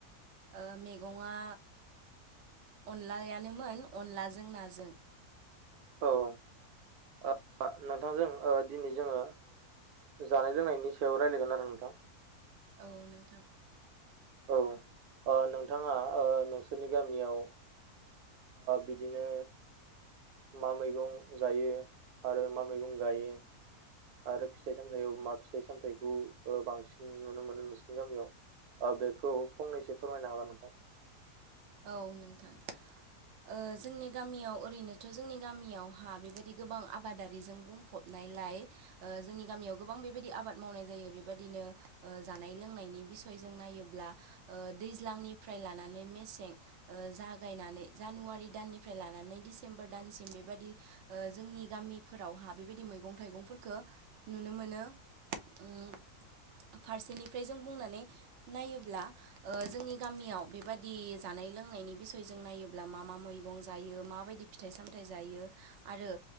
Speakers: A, on the right; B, on the right.
A: ओ मैगंआ अनलायानोमोन अनलाजों नाजों।
B: औ नोंथांजों दिनै जोङो जानाय लोंनायनि सायाव रायज्लायगोन आरो नोंथां?
A: औ नोंथां।
B: औ नोंथाङा नोंसोरनि गामियाव। बिदिनो मा मैगं जायो? आरो मा मैगं गायो? आरो फिथाइ सामथायाइाव मा फिथाइ सामथायाइखौ बांसिन नुनो मोनो नोंसनि गामियाव? ओ बेखौ फंनैसो फोरमायनो हागोन नोंथां।
A: औव नोंथां ओ जोंनि गामियाव ओरैनोथ' जोंनि गामियावहा बेबायदि गोबां आबादारिजों बुंफबनायलाय ओ जोंनि गामियाव गोबां बेबायदि आबाद मावनाय जायो बेबायदिनो जानाय लोंनायनि बिसय जों नायोब्ला ओ दैज्लांनिफ्राय लानानै मेसें ओ जागायनानै जानुवारि दाननिफ्राय लानानै डिसेम्बर दानसिम बेबायदि ओ जोंनि जोंनि गामिफोरावहा बेबायदि मैगं थाइगंफोरखौ नुनो मोनो।
B: <unintelligible>
A: उम फारसेनिफ्राय जों बुंनानै नायोब्ला जोंनि ओ गामियाव बेबादि जानाय लोंनायनि बिसयजों नायोब्ला मा मा मैगं जायो माबायदि फिथाइ सामथायाइ जायो आरो